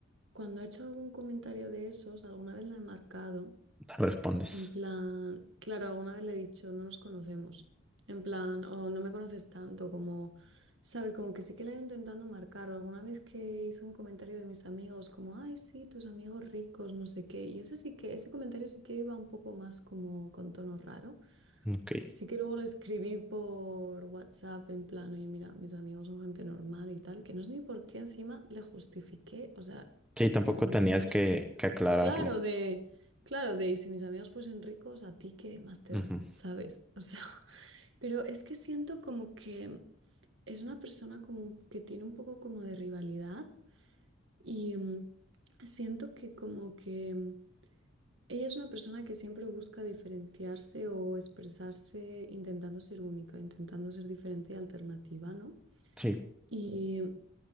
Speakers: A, on the right (about 65°); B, in the centre.
A: cuando ha hecho algún comentario de esos, alguna vez la he marcado.
B: respondes.
A: En plan, claro, alguna vez le he dicho, no nos conocemos. En plan, o no me conoces tanto, como, sabes, como que sí que le he ido intentando marcar. O alguna vez que hizo un comentario de mis amigos, como, ay, sí, tus amigos ricos, no sé qué. Y ese sí que, ese comentario sí que iba un poco más como con tono raro.
B: Ujú, Ok.
A: Sí que luego le escribí por WhatsApp, en plan, oye, mira, mis amigos son gente normal y tal, que no sé ni por qué encima le justifiqué. O sea,
B: Sí, tampoco
A: y si mis
B: tenías
A: amigos
B: que, que aclararlo.
A: Claro, de, claro, de, y si mis amigos fuesen ricos, ¿a ti qué más te
B: Ujú,
A: da? ¿Sabes? O sea, <laughs> pero es que siento como que es una persona como que tiene un poco como de rivalidad y mm, siento que como que mm, ella es una persona que siempre busca diferenciarse o expresarse intentando ser única, intentando ser diferente y alternativa, ¿no?
B: Sí,
A: Y mm,